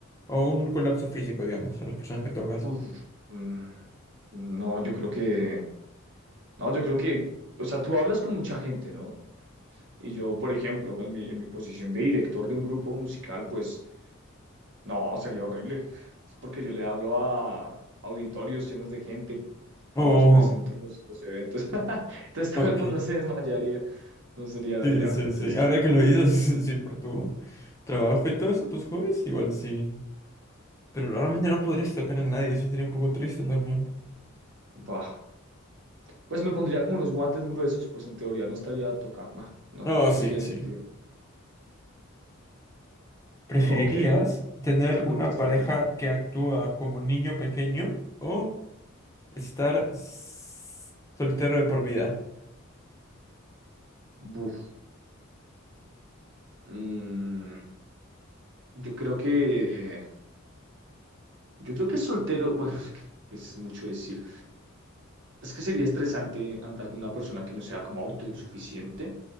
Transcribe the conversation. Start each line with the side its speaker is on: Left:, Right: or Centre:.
Left: O un colapso físico, digamos, a las personas que tocas.
Right: Uf, mm, no, yo creo que, no, yo creo que, o sea, tú hablas con mucha gente, ¿no? Y yo, por ejemplo, en mi, en mi posición de director de un grupo musical, pues, no, sería horrible. <laughs> Es porque yo le hablo a auditorios llenos de gente mientras
Left: Oh,
Right: presento los, los eventos. <laughs> Entonces
Left: ok.
Right: todo el mundo se desmayaría. no sería
Left: Sí,
Right: viable.
Left: sí,
Right: Entonces,
Left: sí. Ahora
Right: yo, cre-
Left: que lo dices, <laughs> sí, por tu trabajo y todo eso, tus hobbies, igual sí. Pero realmente no podrías tocar a nadie, eso sería un poco triste también.
Right: bah. pues me pondría como unos guantes gruesos, pues en teoría no estaría tocando. Bueno, no,
Left: No,
Right: eso
Left: sí,
Right: no tiene
Left: sí.
Right: sentido.
Left: ¿Preferirías
Right: Ok,
Left: tener
Right: esa pregunta
Left: una
Right: está
Left: pareja
Right: interesante.
Left: que actúa como niño pequeño o estar s- soltero de por vida?
Right: Buf. Mm, yo creo que. Yo creo que soltero. <laughs> Bueno, es que es mucho decir. Es que sería estresante andar con una persona que no sea como autosuficiente.